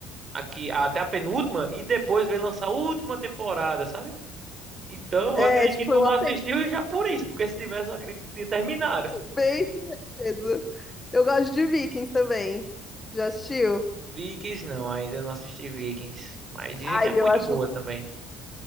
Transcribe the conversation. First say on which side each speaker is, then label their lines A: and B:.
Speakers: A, on the right (about 35°); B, on the left (about 20°).
A: aqui até a penúltima e depois veio lançar a última temporada, sabe? Então,
B: É,
A: eu acredito
B: tipo,
A: que
B: foi
A: tu
B: um
A: não
B: atento,
A: assistiu já por isso, porque se tivesse, eu acredito que tinha terminado.
B: bem surpresa. Eu gosto de Vikings também. Já assistiu?
A: Vikings não, ainda não assisti Vikings, mas dizem
B: Ai,
A: que é muito
B: eu acho
A: boa também.